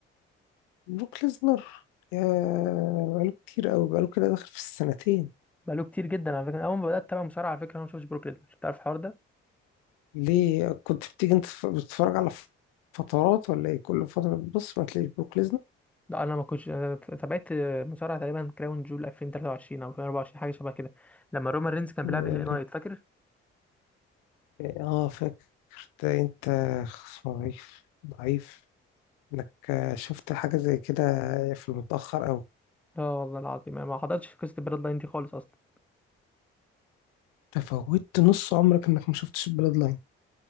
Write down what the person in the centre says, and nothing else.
بقاله كتير جدا على فكره اول ما بدات اتابع مصارعه على فكره انا ما شفتش بروك ليزنر تعرف الحوار ده
لا انا ما كنتش أنا تابعت مصارعه تقريبا كراون جول 2023 او 2024 حاجه شبه كده لما رومان رينز كان
بيلعب ال نايت فاكر
لا والله العظيم انا ما حضرتش قصه البلاد لاين دي خالص اصلا